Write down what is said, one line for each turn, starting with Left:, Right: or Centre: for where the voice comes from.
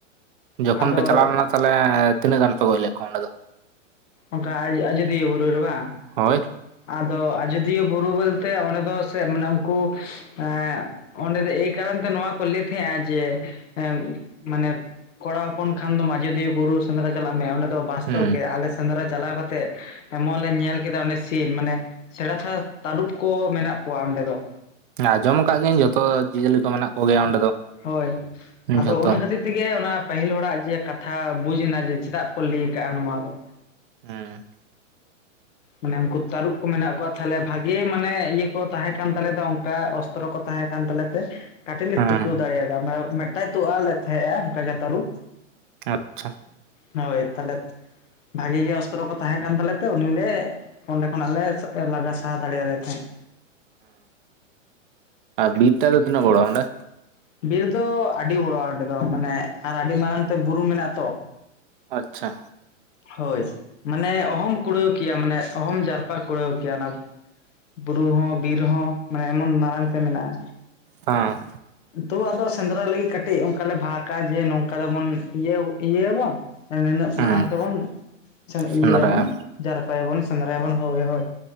Right: ᱡᱚᱠᱷᱚᱱ
Left: ᱟᱫᱚ
Right: ᱯᱮ ᱪᱟᱞᱟᱣ ᱞᱮᱱᱟ ᱛᱟᱦᱞᱮ ᱛᱤᱱᱟᱹᱜ ᱜᱟᱱ ᱯᱮ ᱜᱚᱡ ᱞᱮᱜ ᱠᱚᱣᱟ ᱚᱸᱰᱮ ᱫᱚ?
Left: ᱚᱱᱠᱟ ᱟᱡ ᱟᱡᱚᱫᱤᱭᱟᱹ ᱵᱩᱨᱩ ᱨᱮ ᱵᱟᱝ᱾
Right: ᱦᱳᱭ
Left: ᱟᱫᱚ ᱟᱡᱚᱫᱤᱭᱟᱹ ᱵᱩᱨᱩ ᱵᱚᱞᱛᱮ ᱚᱸᱰᱮ ᱫᱚ ᱥᱮ ᱢᱟᱱᱮ ᱩᱱᱠᱩ ᱮᱜ ᱚᱸᱰᱮ ᱫᱚ ᱮᱭ ᱠᱟᱨᱚᱱ ᱛᱮ ᱱᱚᱣᱟ ᱠᱚ ᱞᱟᱹᱭ ᱛᱟᱦᱮᱸᱜ-ᱟ ᱡᱮ ᱮᱢ ᱢᱟᱱᱮ ᱠᱚᱲᱟ ᱦᱚᱯᱚᱱ ᱠᱷᱟᱱ ᱫᱚᱢ ᱟᱡᱚᱫᱤᱭᱟᱹ ᱵᱩᱨᱩ ᱥᱮᱸᱫᱽᱨᱟ ᱪᱟᱞᱟᱜ ᱢᱮ ᱚᱸᱰᱮ ᱫᱚ ᱵᱟᱥᱛᱚᱵᱽ
Right: ᱦᱩᱸ
Left: ᱜᱮ, ᱟᱞᱮ ᱥᱮᱸᱫᱽᱨᱟ ᱪᱟᱞᱟᱣ ᱠᱟᱛᱮᱜ, ᱮᱢᱚᱱ ᱞᱮ ᱧᱮᱞ ᱠᱮᱫᱟ ᱚᱸᱰᱮ ᱥᱤᱱ ᱢᱟᱱᱮ ᱥᱮᱬᱟ ᱥᱮᱬᱟ ᱛᱟᱹᱨᱩᱵ ᱠᱚ ᱢᱮᱱᱟᱜ ᱠᱚᱣᱟ ᱚᱸᱰᱮ ᱫᱚ᱾
Right: ᱟᱸᱡᱚᱢ ᱟᱠᱟᱜ ᱜᱤᱭᱟᱹᱧ ᱡᱚᱛᱚ ᱡᱤᱭᱟᱹᱞᱤ ᱠᱚ ᱢᱮᱱᱟᱜ ᱠᱚ ᱜᱮᱭᱟ ᱚᱸᱰᱮ ᱫᱚ
Left: ᱦᱳᱭ ᱟᱫᱚ
Right: ᱡᱷᱚᱛᱚ᱾
Left: ᱚᱱᱟ ᱠᱷᱟᱹᱛᱤᱨ ᱛᱮᱜᱮ ᱚᱱᱟ ᱯᱟᱹᱦᱤᱞ ᱦᱚᱲᱟᱜ ᱡᱮ ᱠᱟᱛᱷᱟ ᱵᱩᱡᱽ ᱮᱱᱟ ᱡᱮ ᱪᱮᱫᱟᱜ ᱠᱚ ᱞᱟᱹᱭ ᱠᱟᱜ-ᱟ ᱱᱚᱣᱟ ᱫᱚ᱾
Right: ᱦᱩᱸ᱾
Left: ᱢᱟᱱᱮ ᱩᱱᱠᱩ ᱛᱟᱹᱨᱩᱵ ᱠᱚ ᱢᱮᱱᱟᱜ ᱠᱚᱣᱟ ᱛᱟᱦᱞᱮ ᱵᱷᱟᱜᱮ ᱢᱟᱱᱮ ᱤᱭᱟᱹ ᱠᱚ ᱛᱟᱦᱮᱸ ᱠᱟᱱ ᱛᱟᱞᱮ ᱛᱮ ᱚᱝᱠᱟ ᱚᱥ ᱚᱥᱛᱨᱚ ᱠᱚ ᱛᱟᱦᱮᱸ ᱠᱟᱱ ᱛᱟᱞᱮ ᱛᱮ᱾ ᱠᱟᱹᱴᱤᱡ ᱞᱮ
Right: ᱦᱮᱸ
Left: ᱴᱤᱠᱟᱹᱣ ᱫᱟᱲᱮᱭᱟᱫᱟ ᱢᱟᱱᱮ ᱢᱮᱜ ᱴᱟᱭ ᱛᱩᱜ ᱟᱜ ᱞᱮ ᱛᱟᱦᱮᱸᱜ-ᱟ, ᱚᱱᱠᱟ ᱜᱮ ᱛᱟᱹᱨᱩᱵ᱾
Right: ᱟᱪᱪᱷᱟ
Left: ᱦᱳᱭ ᱛᱟᱦᱞᱮ ᱵᱷᱟᱹᱜᱤ ᱜᱮ ᱚᱥᱛᱨᱚ ᱠᱚ ᱛᱟᱦᱮᱸ ᱠᱟᱱ ᱛᱟᱞᱮ ᱛᱮ ᱩᱱᱤ ᱞᱮ ᱚᱸᱰᱮ ᱠᱷᱚᱱᱟᱜ ᱞᱮ ᱥᱟ ᱞᱟᱜᱟ ᱥᱟᱦᱟ ᱫᱟᱲᱮᱭᱟᱫᱮ ᱛᱟᱦᱮᱸᱫ᱾
Right: ᱚᱸ ᱵᱤᱨ ᱴᱟᱜ ᱫᱚ ᱛᱤᱱᱟᱹᱜ ᱵᱚᱲᱚᱣᱟ ᱚᱸᱰᱮ?
Left: ᱵᱤᱨ ᱫᱚ ᱟᱹᱰᱤ ᱵᱚᱲᱚᱣᱟ ᱚᱸᱰᱮ ᱫᱚ ᱢᱟᱱᱮ ᱟᱨ ᱟᱹᱰᱤ ᱢᱟᱨᱟᱝ ᱛᱮ ᱵᱩᱨᱩ ᱢᱮᱱᱟᱜ ᱛᱚ᱾
Right: ᱟᱪᱪᱷᱟ
Left: ᱦᱳᱭ ᱢᱟᱱᱮ ᱚᱦᱚᱢ ᱠᱩᱲᱟᱹᱣ ᱠᱮᱭᱟ ᱢᱟᱱᱮ ᱚᱦᱚᱢ ᱡᱟᱨᱯᱟ ᱠᱩᱲᱟᱹᱣ ᱠᱮᱭᱟ ᱚᱱᱟ ᱵᱩᱨᱩ ᱦᱚᱸ ᱵᱤᱨ ᱦᱚᱸ ᱢᱟᱱᱮ ᱮᱢᱚᱱ ᱢᱟᱨᱟᱝ ᱛᱮ ᱢᱮᱱᱟᱜ-ᱟ᱾
Right: ᱦᱚᱸ
Left: ᱛᱚ ᱟᱫᱚ ᱥᱮᱸᱫᱽᱨᱟ ᱞᱟᱹᱜᱤᱫ ᱠᱟᱹᱴᱤᱡ ᱚᱱᱠᱟᱞᱮ ᱵᱷᱟᱜᱽ-ᱟ, ᱡᱮ ᱱᱚᱝᱠᱟ ᱫᱚᱵᱚᱱ ᱤᱡᱟᱹ ᱤᱡᱟᱹᱭᱟᱵᱚᱱ᱾ ᱮᱱ ᱱᱤᱱᱟᱹᱜ
Right: ᱦᱮᱸ
Left: ᱢᱟᱨᱟᱝ ᱛᱮᱵᱚᱱ <unintelligible> ᱤᱭᱟᱹᱭᱟᱵᱚᱱ
Right: ᱥᱮᱸᱫᱽᱨᱟᱭᱟ
Left: ᱡᱟᱨᱯᱟᱭᱟᱵᱚᱱ ᱥᱮᱸᱫᱽᱨᱟᱭᱟᱵᱚᱱ ᱦᱳᱭ ᱦᱳᱭ᱾